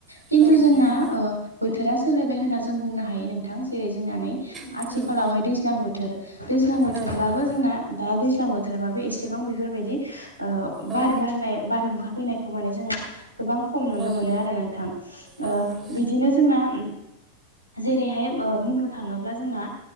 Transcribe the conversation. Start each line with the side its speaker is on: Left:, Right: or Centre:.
Right: औ
Left: खिन्थु जोंना
Right: नंगौ
Left: बोथोरा सोलायबाय होनना जों बुंनो हायो नोंथां जेरै जोंनानै
Right: नोंथां
Left: आथिखालावहाय दैज्लां बोथोर दैज्लां बोथोरब्लाबो
Right: औ
Left: जोंना दा दैज्लां बोथोरबाबो एसेबां बेफोरबायदि ओ
Right: औ
Left: बार बारनाय बारहुंखा फैनायखौ माने जों गोबां खम नुनो
Right: औ
Left: मोनो आरो नोंथां ओ
Right: औ नंगौ
Left: बिदिनो जोंना जेरैहाय मनो थांङोब्ला जोंना